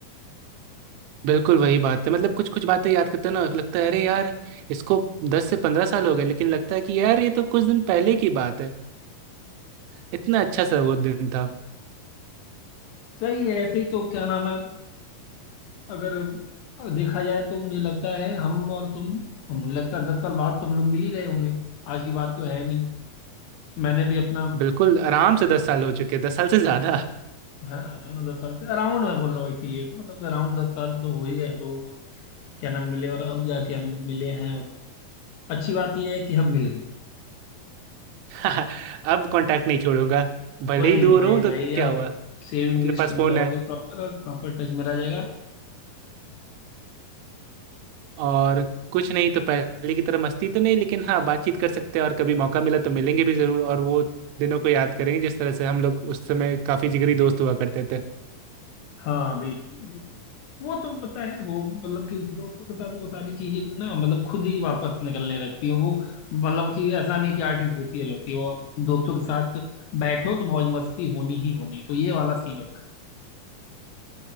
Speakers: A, on the right (about 90°); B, on the left (about 80°).
A: बिल्कुल वही बात है मतलब कुछ कुछ बातें याद करते हैं ना लगता है अरे यार इसको दस से पंद्रह साल हो गए लेकिन लगता है कि यार ये तो कुछ दिन पहले की बात है इतना अच्छा सा वो दिन था
B: सही है ऐसे ही तो क्या नाम है अगर देखा जाए तो मुझे लगता है हम और तुम मुझे लगता है दस साल बाद तो हम लोग मिल ही रहे होंगे आज की बात तो है नहीं मैंने भी अपना
A: बिल्कुल आराम से दस साल हो चुके दस साल से ज्यादा
B: है ना है ना दस साल से अराउंड मैं बोल रहा हूँ इसीलिए तो मतलब अराउंड दस साल तो हो ही गए हम लोगों को क्या नाम मिले और अब जाके हम मिले हैं और अच्छी बात यह है कि हम मिल गए
A: <laughs> अब कांटेक्ट नहीं छोड़ूंगा भले
B: वही
A: ही दूर
B: वही
A: हूं तो
B: वही अब
A: क्या हुआ
B: सेविंग
A: अपने
B: लिस्ट
A: पास
B: में
A: फोन
B: रहोगे
A: है
B: प्रॉपर और प्रॉपर टच में रह जाएगा
A: और कुछ नहीं तो पहले की तरह मस्ती तो नहीं लेकिन हाँ बातचीत कर सकते हैं और कभी मौका मिला तो मिलेंगे भी जरूर और वो दिनों को याद करेंगे जिस तरह से हम लोग उस समय काफी जिगरी दोस्त हुआ करते थे
B: हाँ बिल्कुल बिल्कुल वो तो पता है वो मतलब कि दोस्तों के साथ वो सारी चीजें ना मतलब खुद ही वापस निकलने लगती है वो मतलब कि ऐसा नहीं कि आर्टिफिशियल होती है वो आप दोस्तों के साथ बैठो तो मौज मस्ती होनी ही होनी है। तो ये वाला सीन होता है